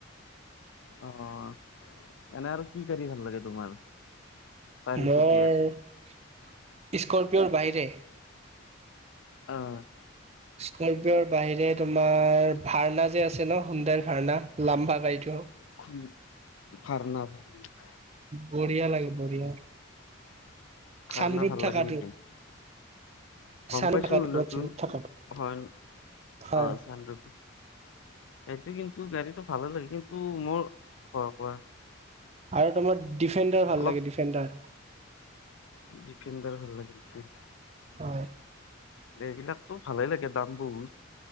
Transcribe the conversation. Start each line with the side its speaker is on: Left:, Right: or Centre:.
Left: অ', এনে আৰু কি গাড়ী ভাল লাগে? তোমাৰ চাৰিচকীয়াত
Right: মৰ স্কপিঅৰ বাহিৰে?
Left: অ'
Right: স্কপিঅ'ৰ বাহিৰে তোমাৰ ভাৰনা যে আছে ন' সুন্দৰ ভাৰনা লাম্বা গাড়ীটো
Left: উম ভাৰনা ভাৰনা
Right: বঢ়িয়া লাগে বঢ়িয়া,
Left: ভাৰনা
Right: চানৰোপ
Left: ভাল
Right: থাকাটো
Left: লাগে নেকি গ'ম
Right: চানৰুপ
Left: পাইছো
Right: থাকাটো ওপৰত
Left: নতুন
Right: চানৰুপ থাকাটো
Left: হয়
Right: হয়
Left: অ' চানৰোপ সেইটো কিন্তু গাড়ীটো ভালে লাগে কিন্তু মোৰ কোৱা কোৱা।
Right: আৰু তোমাৰ ডিফেণ্ডাৰ ভাল
Left: অলপ
Right: লাগে ডিফেণ্ডাৰ।
Left: ডিফেণ্ডাৰ ভাল লাগে নেকি।
Right: হয়।
Left: এইবিলাকতো ভালে লাগে দাম বহুত